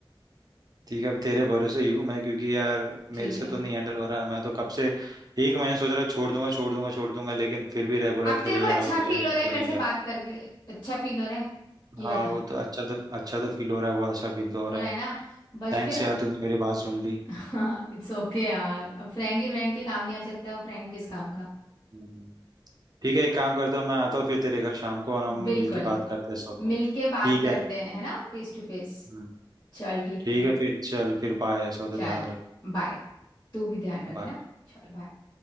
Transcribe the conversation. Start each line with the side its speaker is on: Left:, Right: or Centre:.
Right: ठीक है अब तेरे भरोसे ही हूँ मैं क्योंकि यार
Left: ठीक
Right: मेरे से
Left: है
Right: तो नहीं हैंडल हो रहा मैं तो कब से एक महीने सोच रहा छोड़ दूंगा छोड़ दूंगा छोड़ दूंगा लेकिन फिर भी रेगुलर
Left: अब
Right: खेले
Left: तेरे को
Right: जा
Left: अच्छा
Right: रहा हूँ खेले
Left: फील
Right: जा रहा
Left: हो रहा
Right: हूँ
Left: है
Right: खेले
Left: मेरे से
Right: जा
Left: बात
Right: रहा
Left: करके अच्छा फील हो रहा है
Right: हूँ
Left: ये
Right: हाँ
Left: बता
Right: वो तो अच्छा तो अच्छा तो फील हो रहा है बहुत अच्छा फील तो हो
Left: हो
Right: रहा
Left: रहा है
Right: है
Left: ना बस
Right: थैंक्स
Left: फिर
Right: यार तूने मेरी बात सुन ली
Left: <laughs> इट्स ओके यार अब फ्रेंड ही फ्रेंड के काम नहीं आ सकता वो फ्रेंड किस काम का
Right: हम्म। ठीक है एक काम करते हो मैं आता हूँ फिर तेरे घर शाम को और हम
Left: बिल्कुल
Right: मिलके बात करते हैं सो तो
Left: मिलके बात
Right: ठीक
Left: करते
Right: है
Left: हैं है ना फेस टू फेस
Right: हम्म,
Left: चल ठीक
Right: ठीक
Left: है
Right: है फिर चल फिर बाय सो तो
Left: चल
Right: ध्यान रख
Left: बाय तू भी ध्यान रख
Right: bye।
Left: है ना चल बाय